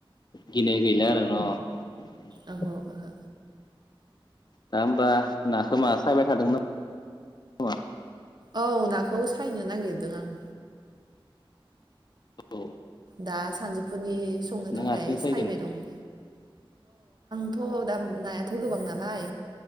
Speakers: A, on the left (about 50°); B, on the right (about 50°).
A: गिनाय गैला आरो न'।
B: ओहो ओहो
A: दा ओमबा नाखो मा सायबाय थादों नामा?
B: औ नाखौ सायनो नागिरदों आं।
A: औ
B: दा सानजौफुनि संनो
A: नों
B: थाखाय
A: हारसिं सायगोन
B: सायबाय दं। थ' दा नायाथ' गोबां नालाय